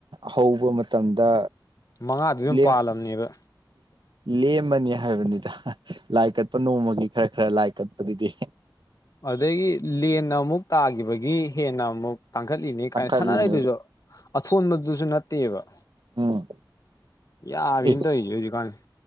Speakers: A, on the right; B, on the left.
A: ꯍꯧꯕ ꯃꯇꯝꯗ
B: ꯃꯉꯥꯗꯨ ꯑꯗꯨꯝ
A: ꯂꯦꯝ
B: ꯄꯥꯜꯂꯝꯅꯦꯕ
A: ꯂꯦꯝꯃꯅꯤ ꯍꯥꯏꯕꯅꯤꯗ ꯂꯥꯏ ꯀꯠꯄ ꯅꯣꯡꯃꯒꯤ ꯈꯔ ꯈꯔ ꯂꯥꯏ ꯀꯠꯄꯗꯨꯗꯤ
B: ꯑꯗꯒꯤ ꯂꯦꯟꯅ ꯑꯃꯨꯛ ꯇꯥꯈꯤꯕꯒꯤ ꯍꯦꯟꯅ ꯑꯃꯨꯛ ꯇꯥꯡꯈꯠꯂꯤꯅꯦ
A: ꯇꯥꯡꯈꯠꯂꯤꯅꯦ
B: ꯀꯥꯏꯅ ꯁꯥꯟꯅꯔꯩꯗꯨꯁꯨ ꯑꯊꯣꯟꯕꯗꯨꯁꯨ ꯅꯠꯇꯦꯕ
A: ꯎꯝ
B: ꯌꯥꯕꯤꯅ‌ꯦ
A: ꯑꯦ
B: ꯇꯧꯔꯤꯁ‌ꯦ ꯍꯧꯖꯤꯛ ꯀꯥꯟꯁ‌ꯦ